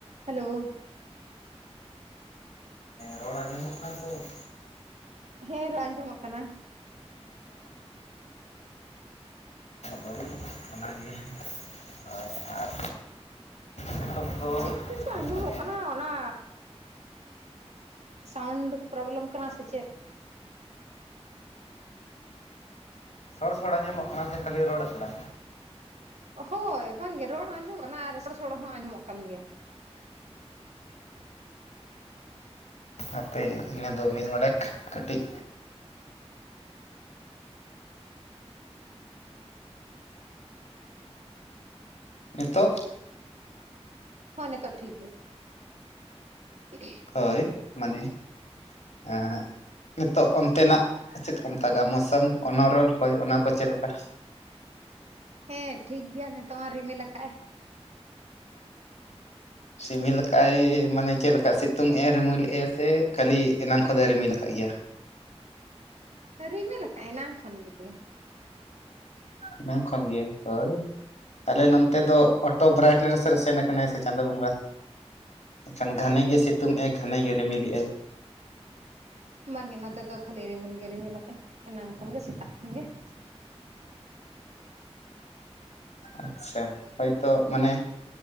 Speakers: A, on the right; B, on the left.
A: Hello.
B: ᱨᱚᱲ ᱟᱸᱡᱚᱢᱚᱜ ᱠᱟᱱᱟ ᱛᱚ ᱾
A: ᱦᱮᱸ, ᱨᱚᱲ ᱟᱸᱡᱚᱢᱚᱜ ᱠᱟᱱᱟ ᱾
B: ᱦᱳᱭ ᱚᱱᱟ ᱜᱮ ᱦᱳᱭ ᱟᱨ ᱱᱤᱛᱚᱜ ᱫᱚ
A: ᱪᱮᱫ ᱠᱚᱪᱚᱝ ᱟᱸᱡᱚᱢᱚᱜ
B: ᱢᱟᱱᱮ
A: ᱠᱟᱱᱟ ᱚᱱᱟ? ᱥᱟᱣᱩᱱᱰ ᱯᱨᱚᱵᱞᱮᱢ ᱠᱟᱱᱟ ᱥᱮ ᱪᱮᱫ?
B: ᱥᱚᱲ ᱥᱚᱲ ᱧᱟᱢᱚᱜ ᱠᱟᱱᱟ ᱥᱮ ᱠᱷᱟᱹᱞᱤ ᱨᱚᱲ ᱠᱟᱱᱟ ᱮᱠᱞᱟ?
A: ᱦᱳᱭ, ᱵᱟᱝ ᱜᱮ ᱨᱚᱲ ᱦᱚᱸ ᱟᱸᱡᱚᱢᱚᱜ ᱠᱟᱱᱟ ᱟᱨ ᱥᱚᱲ ᱥᱚᱲᱚ ᱦᱚᱸ ᱟᱸᱡᱚᱢᱚᱜ ᱠᱟᱱ ᱜᱮᱭᱟ ᱾
B: ᱟᱯᱮ ᱤᱱᱟᱹ ᱫᱚ ᱢᱤᱫ ᱚᱱᱮᱠ ᱠᱟᱹᱴᱤᱡ ᱱᱤᱛᱚᱜ?
A: ᱦᱚᱸ, ᱱᱤᱛᱚᱜ ᱛᱚ ᱴᱷᱤᱠ ᱜᱮᱭᱟ ᱾ ᱦᱩᱸ <inaudible>
B: ᱦᱳᱭ ᱢᱟᱱᱮ ᱟ ᱱᱤᱛᱚᱜ ᱚᱱᱛᱮ ᱱᱟᱜ ᱪᱮᱫ ᱠᱚ ᱢᱮᱛᱟᱜᱟᱜᱼᱟ ᱢᱳᱹᱥᱚᱢ ᱚᱱᱟ ᱨᱚᱲ ᱦᱳᱭ ᱚᱱᱟ ᱠᱚ ᱪᱮᱫ ᱞᱮᱠᱟ?
A: ᱴᱷ <inaudible> ᱦᱮᱸ, ᱴᱷᱤᱠ ᱜᱮᱭᱟ ᱱᱤᱛᱚᱝ ᱢᱟ ᱨᱤᱢᱮᱞ ᱟᱠᱟᱜᱼᱟᱭ ᱾
B: ᱥᱤᱢᱤᱞ ᱠᱟᱜᱼ ᱟᱭ ᱢᱟᱱᱮ ᱪᱮᱫ ᱞᱮᱠᱟ? ᱥᱤᱛᱩᱝ ᱮ ᱮᱨᱤᱢᱤᱞ ᱮᱜᱼᱟᱭ ᱥᱮ ᱠᱷᱟᱹᱞᱤ ᱮᱱᱟᱝ ᱠᱷᱚᱱ ᱫᱚᱭ ᱨᱤᱢᱤᱞ ᱟᱠᱟᱫ ᱜᱮᱭᱟ?
A: ᱨᱤᱢᱤᱞ ᱟᱠᱟᱜ ᱮᱱᱟᱝ ᱠᱷᱚᱱ ᱜᱮ ᱾
B: ᱮᱱᱟᱝ ᱠᱷᱚᱱ ᱜᱮ ᱦᱳᱭ ᱟᱞᱮ ᱱᱚᱱᱛᱮ ᱫᱚ ᱚᱴᱳ ᱵᱨᱟᱭᱤᱴ ᱥᱮᱱ ᱟᱠᱟᱱᱟᱭ ᱥᱮ ᱪᱟᱸᱫᱳ ᱵᱚᱸᱜᱟ ᱮᱱᱠᱷᱟᱱ ᱜᱷᱟᱱᱮ
A: ᱦᱳᱭ
B: ᱜᱮ ᱥᱤᱛᱩᱝ ᱮ ᱾ ᱜᱷᱟᱱᱮ ᱜᱮ ᱨᱤᱢᱤᱞᱮᱜᱼᱟᱭ ᱾
A: ᱵᱟᱝᱜᱮ ᱱᱚᱛᱮ ᱫᱚ ᱠᱷᱟᱹᱞᱤ ᱨᱤᱢᱤᱞ ᱜᱮ ᱨᱤᱢᱤᱞ ᱟᱠᱟᱜᱼᱟᱭ ᱮᱱᱟᱝ ᱠᱷᱚᱱ ᱜᱮ ᱥᱮᱛᱟᱜ ᱠᱷᱚᱱ ᱜᱮ ᱾
B: ᱟᱪᱪᱷᱟ ᱦᱚᱭᱛᱚ ᱢᱟᱱᱮ